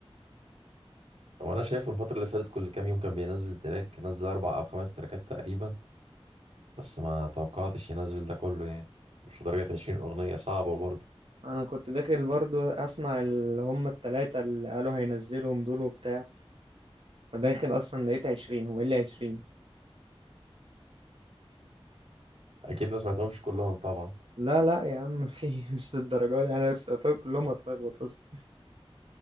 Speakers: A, on the right (about 85°); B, on the right (about 70°).
A: وأنا شايفه الفترة اللي فاتت كل كام يوم كان بينزل تراك نزل أربع أو خمس تراكات تقريبا بس ما توقعتش ينزل ده كله يعني مش لدرجة عشرين أغنية صعبة برضه
B: انا كنت داخل برضو اسمع اللي هم التلاتة اللي قالوا هينزلهم دول وبتاع فداخل اصلا لقيت 20 هو ايه اللي 20
A: اكيد ما سمعتهمش كلهم طبعا
B: لا لا يا عم في <laughs> مش الدرجات دي انا سألتهم كلهم هتلخبط اصلا